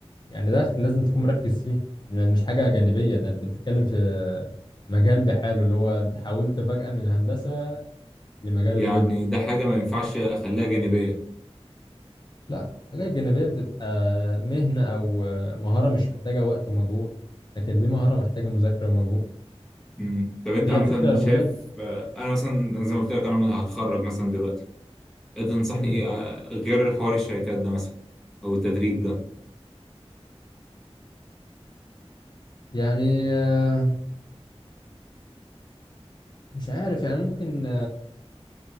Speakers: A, on the left; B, in the centre.
A: يعني دخل لازم تكون مركز فيه لان مش حاجة جانبية ده انت بتتكلم في مجال بحاله اللي هو انت حولت فجأة من هندسة لمجال الويب
B: يعني ده حاجه ما ينفعش اخليها جانبيه
A: لا الحاجات الجانبية بتبقى مهنة او آه، مهارة مش محتاجة وقت ومجهود لكن دي مهارة محتاجة مذاكرة ومجهود
B: امم طب انت
A: هي
B: عامه
A: الفكرة
B: شايف
A: كلها
B: آه، انا مثلا زي ما قلت لك انا هتخرج مثلا دلوقتي انت تنصحني
A: مم.
B: ايه آه، غير حوار الشركات ده مثلا او التدريب ده
A: يعني آه، مش عارف يعني ممكن